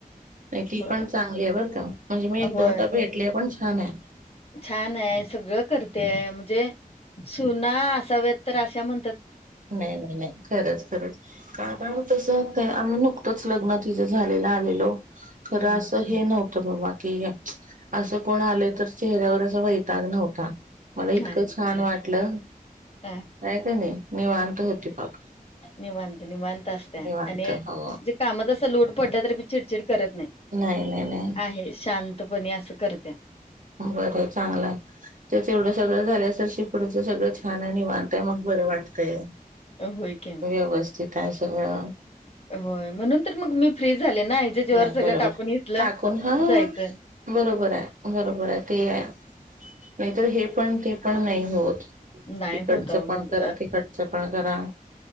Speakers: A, on the right; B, on the left.
A: ती
B: होय
A: पण चांगली आहे बरं का? म्हणजे मी एक
B: होय,
A: दोनदा भेटली पण छान आहे.
B: छान आहे. सगळं करते म्हणजे सुना असाव्या तर अशा म्ह
A: नाही नाही नाही, खरंच खरचं, कारण तसं आम्ही नुक तच लग्न तिझं झालेलं आलेलो. खरं
B: हम्म
A: असं हे नव्ह ते बाबा की असं कोण आले तर चेहऱ्यावर असा वैताग नव्हता. मला
B: नाही
A: इतकं छान वाट लं.
B: अ
A: होय क नाही? होती बाप
B: निवांत निवांत असत्या
A: निवांत
B: आणि म्हणजे
A: हो
B: काम तसं लोड पडलं तरिबी चिडचिड करत नाही.
A: नाही नाही नाही
B: आहे शां तपणे असं करत्या.
A: बरं चांगलं आहे. ते तेवढं सगळं झालं तर पुढचं सगळं छान आहे निवांत आहे मग बरं वाटतंय.
B: होय की
A: व्यवस्थित आहे सगळं.
B: होय म्हणून तर मग मी फ्री झाले ना ह्याच्या जीवावर
A: नाही.
B: सगळं
A: बरोबर
B: टाकून इथलं
A: काकून हां
B: जायचं.
A: बरोबर आहे, बरोबर आहे ते नाहीतर हे पण ते पण नाही होत.
B: नाही
A: इकडचं
B: होत अहो
A: पण
B: मग
A: करा तिकडचं पण जरा